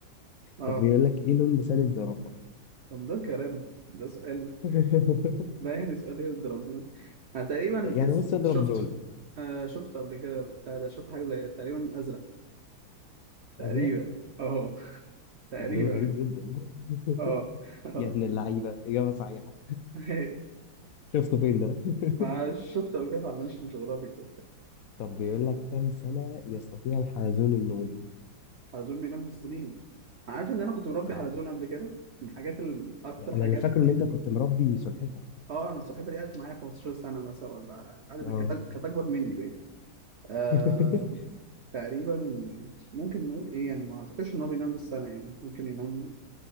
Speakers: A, on the right; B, on the left.
A: اه
B: طب بيقول لك ايه لون لسان الزرافة
A: طب ده كلام ده سؤال
B: <laughs>
A: ده يعني سؤال يرضي ربنا انا تقريبا
B: يعني
A: اس-
B: بص اضرب
A: شفته
B: لون
A: آه شفته قبل كده بتاع ده شفت حاجه زي تقريبا ازرق تقريبا
B: ازرق
A: اه <laughs> تقريبا
B: ده لون غريب جدا <laughs>
A: اه اه
B: يا ابن اللعيبة إجابة صحيحة
A: <laughs>
B: شفته فين ده <laughs>
A: مع شفته قبل كده على ناشونال جيوغرافيك
B: طب بيقول لك كم سنة يستطيع الحلزون النوم
A: حلزون بينام بالسنين عارف ان انا كنت مربي
B: أنا
A: حلزون قبل كده من الحاجات ال- اكتر
B: أنا
A: حاجات
B: اللي فاكره إن أنت كنت مربي سلحفة
A: اه انا السلحفاه دي قعدت معايا 15 سنه مثلا ولا قعدت
B: اه
A: كانت كانت اكبر مني بقى آه...
B: <laughs>
A: تقريبا ممكن نقول ايه يعني ما اعتقدش ان هو بينام بالسنه يعني ممكن ينام